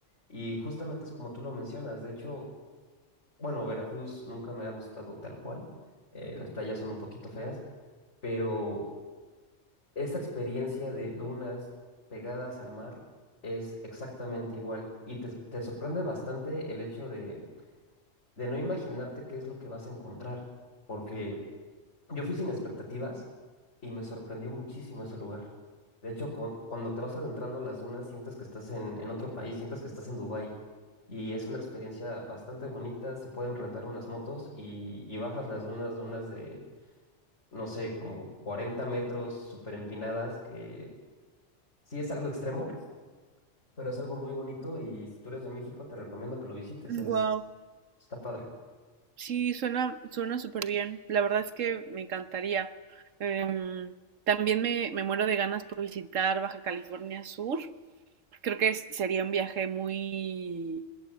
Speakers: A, on the left (about 65°); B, on the right (about 80°).
A: y justamente es como tú lo mencionas. De hecho, bueno, Veracruz nunca me ha gustado tal cual. eh, las playas son un poquito feas, pero esta experiencia de dunas pegadas al mar es exactamente igual y te, te sorprende bastante el hecho de, de no imaginarte qué es lo que vas a encontrar, porque... Yo fui sin expectativas y me sorprendió muchísimo ese lugar. De hecho, cu- cuando te vas adentrando a las dunas, sientes que estás en, en otro país, sientes que estás en Dubái. Y es una experiencia bastante bonita. Se pueden rentar unas motos y, y bajas las dunas, dunas de, no sé, como 40 metros, súper empinadas, que sí es algo extremo, pero es algo muy bonito. Y si tú eres de México, te recomiendo que lo visites.
B: Wow.
A: Es, está padre.
B: Sí, suena, suena súper bien. La verdad es que me encantaría. Em, también me, me muero de ganas por visitar Baja California Sur. Creo que es- sería un viaje muy,